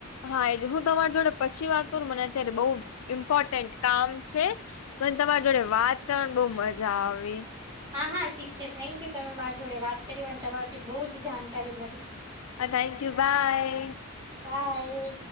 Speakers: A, on the left (about 80°); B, on the right (about 20°).
A: હા એ હું તમારી જોડે પછી વાત કરું મને અત્યારે બહ ઇમ્પોર્ટન્ટ કામ છે. મ તમારી જોડે વાત કરવાની બહુ મજા આવી.
B: હા હા ઠીક છે થેન્ક યુ તમે મારા જોડે વાત કરી અને તમારાથી બહુ જ જાણકારી મળી.
A: હ થેન્ક યુ બાય!
B: બાય